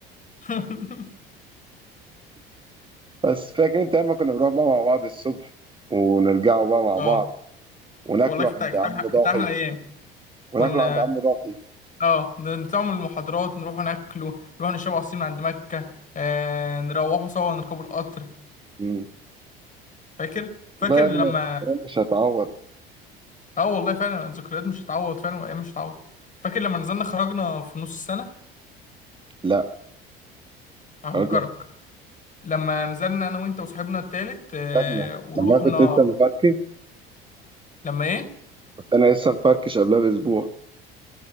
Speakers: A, on the left (about 25°); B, on the right (about 15°).
A: <laughs>
B: بس فاكر انت اما كنا بنروح بقى مع بعض الصبح ونرجعوا بقى مع
A: اه
B: بعض وناكلوا
A: والله كانت
B: عند
A: كانت
B: عم
A: أحلى
B: ضاحي
A: كانت أحلى ايام
B: وناكلوا
A: كنا
B: عند عم ضاحي
A: اه نطلع من المحاضرات نروح ناكله نروح نشرب عصير من عند مكه آه نروحوا سوا نركبوا القطر
B: امم
A: فاكر فاكر
B: والله يا
A: لما
B: ابني أيام مش هتعوض
A: اه والله فعلا الذكريات مش هتعوض فعلا وايام مش هتعوض فاكر لما نزلنا خرجنا في نص السنه
B: لا
A: هفكرك
B: خرجنا
A: لما نزلنا انا وانت وصاحبنا التالت آه،
B: خرجنا
A: ورحنا
B: لما أنا كنت لسه مفركش
A: لما ايه
B: كنت انا لسه مفركش قبلها باسبوع